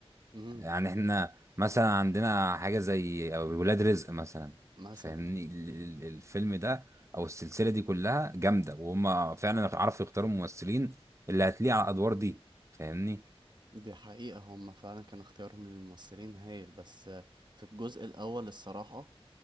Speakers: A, on the right; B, on the right.
A: مم.
B: يعني احنا مثلا عندنا حاجة زي أو ولاد رزق مثلا
A: مثلا
B: فاهمني ال- ال- الفيلم ده او السلسلة دي كلها جامدة وهم فعلا عرفوا يختاروا الممثلين اللي هتليق على الادوار دي فاهمني
A: دي حقيقة هم فعلا كان اختيارهم للممثلين هايل بس آه، في الجزء الأول الصراحة